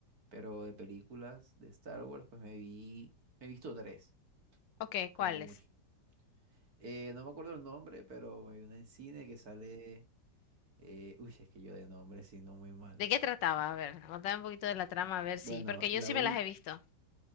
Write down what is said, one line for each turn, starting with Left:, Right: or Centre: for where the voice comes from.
Right: pero de películas de Star Wars, pues me vi, me he visto tres,
Left: Ok,
Right: como
Left: ¿cuáles?
Right: mucho. Eh, no me acuerdo el nombre, pero me vi una en cine que sale, eh, uy, es que yo de nombre sí, no muy mal.
Left: ¿De qué trataba? A ver, contame un poquito de la trama, a ver si,
Right: Bueno,
Left: porque yo
Right: la,
Left: sí
Right: ul-
Left: me las he visto.